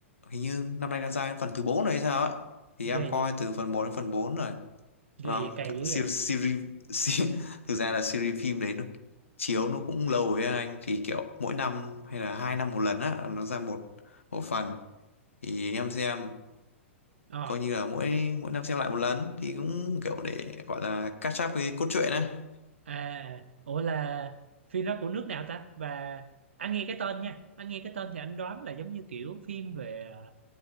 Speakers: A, on the left; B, on the right.
A: hình như năm nay nó ra đến phần thứ 4 rồi hay sao á thì em
B: Ghê
A: coi
B: vậy
A: từ phần một đến phần 4 rồi
B: ghê
A: vâng
B: vậy cày
A: kiểu
B: dữ
A: series,
B: vậy
A: series, <laughs> series thực ra là series phim đấy nó chiếu nó cũng lâu rồi á anh thì kiểu mỗi năm hay là hai năm một lần á nó ra một một phần thì em xem
B: Ờ
A: coi như là mỗi mỗi năm xem lại một lần thì cũng kiểu để gọi là catch up cái cốt truyện á
B: à Ủa là phim đó của nước nào ta? Và anh nghe cái tên nha anh nghe cái tên thì anh đoán là giống như kiểu phim về ờ,